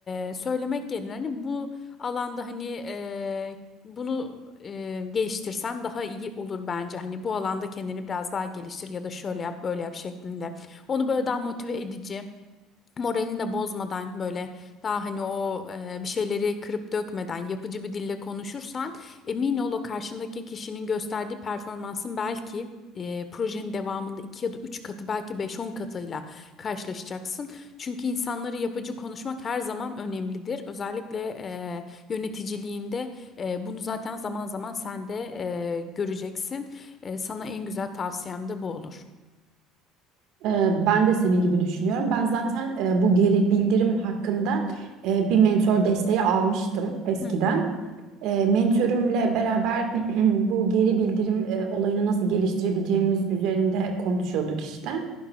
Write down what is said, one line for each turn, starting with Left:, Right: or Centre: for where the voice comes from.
Left: e, söylemek yerine hani bu alanda hani e, bunu e, geliştirsen daha iyi olur bence. Hani bu alanda kendini biraz daha geliştir ya da şöyle yap böyle yap şeklinde. Onu böyle daha motive edici moralini de bozmadan böyle daha hani o e, bir şeyleri kırıp dökmeden yapıcı bir dille konuşursan emin ol o karşındaki kişinin gösterdiği performansın belki e, projenin devamında 2 ya da 3 katı belki beş on katıyla karşılaşacaksın. Çünkü insanları yapıcı konuşmak her zaman önemlidir. Özellikle e, yöneticiliğinde e, bunu zaten zaman zaman sen de e, göreceksin. E, sana en güzel tavsiyem de bu olur.
Right: Ee, Ben de senin gibi düşünüyorum. Ben zaten e, bu geri bildirim hakkında e, bir mentor desteği almıştım eskiden.
Left: Hı hı.
Right: E, Mentörümle beraber <clears throat> bu geri bildirim e, olayını nasıl geliştirebileceğimiz üzerinde konuşuyorduk işte.